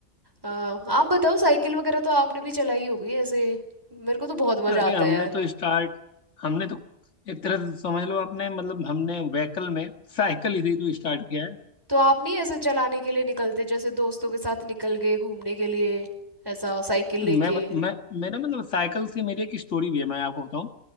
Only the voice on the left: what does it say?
अरे
हमने
तो स्टार्ट हमने तो एक तरह से समझ लो आपने मतलब हमने व्हीकल में साइकिल ही से तो स्टार्ट किया है
मैं बत- मैं मेरा मतलब साइकिल से मेरी एक स्टोरी भी है मैं आपको बताऊं